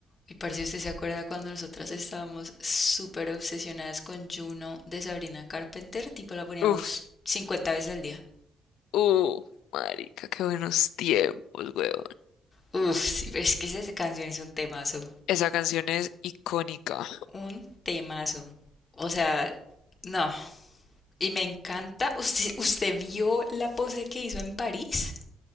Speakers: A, on the left (about 35°); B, on the left (about 80°).
A: Y parce, ¿usted se acuerda cuando nosotras estábamos súper obsesionadas con Juno de Sabrina Carpenter? Tipo, la poníamos
B: Uf,
A: 50 veces al día.
B: uh, marica, qué buenos tiempos, weón.
A: Uf, sí, pero es que esa canción es un temazo.
B: Esa canción es icónica.
A: Un temazo. O sea, no. Y me encanta. ¿Usted, usted vio la pose que hizo en París?